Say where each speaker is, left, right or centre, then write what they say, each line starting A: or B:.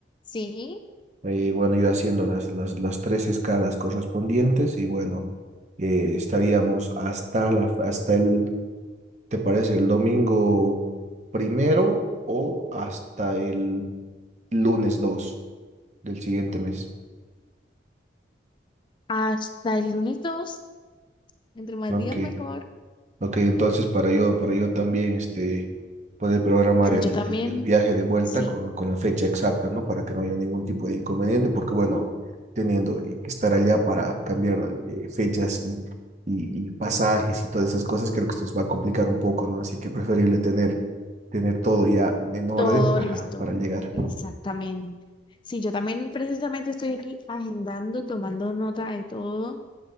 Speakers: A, on the left; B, on the right.
A: Sí,
B: Eh, bueno, yo haciendo las, las, las tres escalas correspondientes y bueno, eh, estaríamos hasta, la, hasta el, ¿te parece? El domingo primero o hasta el lunes 2 del siguiente mes.
A: hasta el lunes dos entre más
B: Ok,
A: días mejor.
B: ok, entonces para yo, para yo también este, poder programar
A: Sí,
B: el,
A: yo también,
B: el- el viaje de vuelta
A: sí,
B: con, con la fecha exacta, ¿no? Para que no haya ningún tipo de inconveniente, porque bueno, teniendo eh, que estar allá para cambiar eh, fechas y, y, y pasajes y todas esas cosas, creo que esto nos va a complicar un poco, ¿no? Así que preferible tener, tener todo ya en orden
A: todo
B: para,
A: listo.
B: para llegar.
A: Exactamente. Sí, yo también precisamente estoy aquí agendando, tomando nota de todo.